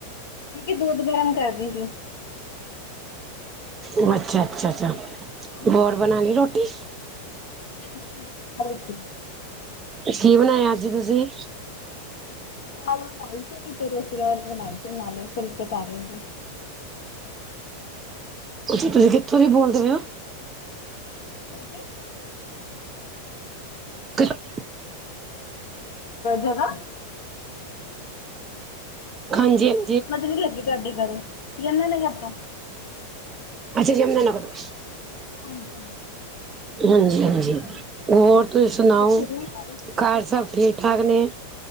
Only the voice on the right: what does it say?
ਓ ਅੱਛਾ, ਅੱਛਾ, ਅੱਛਾ।
ਹੋਰ ਬਨਾਲੀ
ਰੋਟੀ?
ਕੀ ਬਨਾਏਆ ਅੱਜ ਤੁਸੀ?
ਅੱਛਾ, ਤੁਸੀ ਕਿੱਥੋਂ ਦੀ ਬੋਲਦੇ ਪਏ ਓ?
<unintelligible>
ਹਾਂਜੀ।
ਅਛਾ ਜਮੁਨਾ ਨਗਰੋਂ।
ਹਾਂਜੀ ਹਾਂਜੀ।
ਹੋਰ ਤੁਸੀ ਸੁਨਾਓ
ਘਰ ਸਭ ਠੀਕ-ਠਾਕ ਨੇ?